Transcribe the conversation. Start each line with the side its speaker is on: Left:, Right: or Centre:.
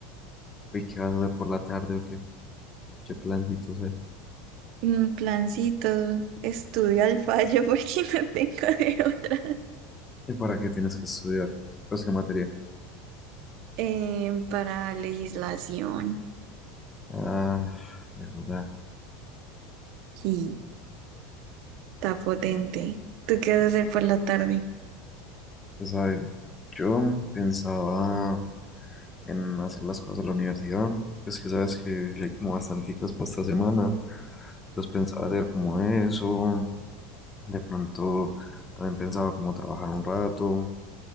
Left: ¿Y qué vas a hacer por la tarde o qué? ¿Qué plancitos hay?
Right: Un plancito, estudio al fallo <laughs> porque no tengo de otra.
Left: ¿Y para qué tienes que estudiar? Pues qué materia.
Right: Em, para legislación.
Left: Ah, verdad.
Right: Sí, está potente. ¿Tú qué vas a hacer por la tarde?
Left: Pues a ver, yo pensaba en hacer las cosas de la universidad. Pues que sabes que hay como bastanticas para esta semana. Entonces pensaba hacer como eso, De pronto también pensaba como trabajar un rato